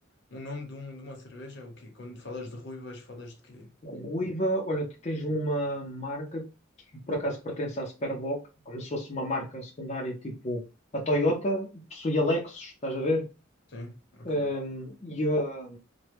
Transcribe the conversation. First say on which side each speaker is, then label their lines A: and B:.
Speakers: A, on the left; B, on the left.
A: um nome de, um, de uma cerveja, é o quê? Quando falas de ruivas, falas de quê?
B: Ruiva, olha, tu tens uma marca que por acaso pertence à Superboc, como se fosse uma marca secundária, tipo a Toyota, possui a Lexus, estás a ver?
A: Sim, ok.
B: Ehm, e a,